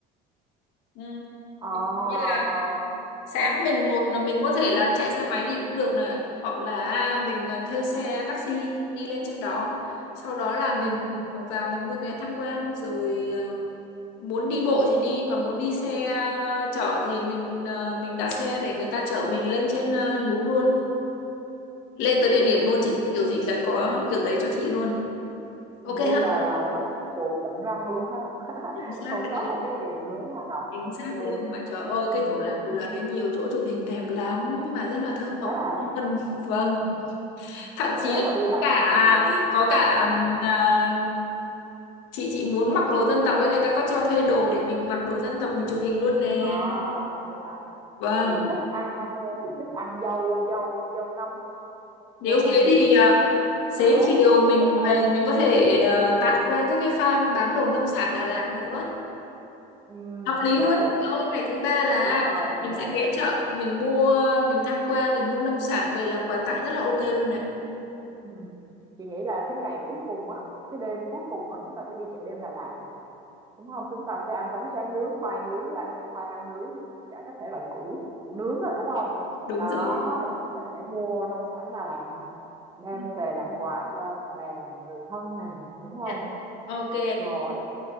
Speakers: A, on the left (about 75°); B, on the right (about 20°).
A: ừ.
B: ờ,
A: như là
B: ờ,
A: sáng mình một là mình có thể là chạy xe máy đi cũng được này hoặc là mình ờ, thuê xe taxi đi lên trên đó sau đó là
B: ừ
A: mình ờ, vào mình mua vé tham quan rồi ờ, muốn đi bộ thì đi mà muốn đi xe ờ, chở thì mình ờ, mình đặt xe để người ta chở mình lên trên ờ, núi luôn lên tới địa điểm luôn
B: ừ
A: chị thích kiểu gì là có kiểu đấy cho chị luôn
B: ừm,
A: ok
B: bây
A: ha
B: giờ là nó phục vụ tận răng luôn ha, <laughs>
A: chính xác
B: không
A: cái
B: sót
A: đấy,
B: một cái gì nữa á Ngọc?
A: chính
B: ok
A: xác luôn mà trời ơi
B: ừ
A: cái chỗ làng Cù
B: ừm,
A: Lần ấy nhiều chỗ chụp hình đẹp lắm mà rất là thơ mộng
B: hả?
A: vân vâng thậm chí
B: Nếu
A: là
B: mà đi Đà
A: có cả
B: Lạt là chị
A: có
B: chị
A: cả
B: thích,
A: ừm, à, chị chị muốn mặc đồ dân tộc ấy người ta có cho thuê đồ để mình mặc đồ dân tộc mình chụp hình luôn nè
B: ơ à, vậy hả?
A: vâng
B: Chị thích ăn, a, chị thích ăn dâu dâu dâu ngâm á,
A: nếu
B: dâu ngâm
A: thế
B: đường
A: thì à,
B: á.
A: Xế
B: Đấy,
A: chiều mình
B: dâu tây
A: về
B: á.
A: mình có thể ờ, tạt qua các cái farm bán đồ nông sản Đà Lạt nữa.
B: Ừm,
A: Hợp lý
B: đấy,
A: luôn. chị ơi ngày thứ ba là
B: đúng rồi, đúng
A: mình
B: rồi.
A: sẽ ghé chợ, mình mua, mình tham quan rồi mua nông sản về làm quà tặng rất là ok luôn nè.
B: Ừm. Chị nghĩ là cái ngày cuối cùng á, cái đêm cuối cùng á chúng ta sẽ đi chợ đêm Đà Lạt này, đúng không Chúng ta sẽ ăn bánh tráng nướng, khoai nướng, là khoai lang nướng, tất cả các thể loại củ củ nướng á, đúng không
A: Đúng
B: Đó,
A: rồi.
B: rồi chúng ta sẽ mua nông sản Đà Lạt đem
A: Ừ.
B: về làm quà cho bạn bè người thân này đúng không
A: Dạ. Ok,
B: rồi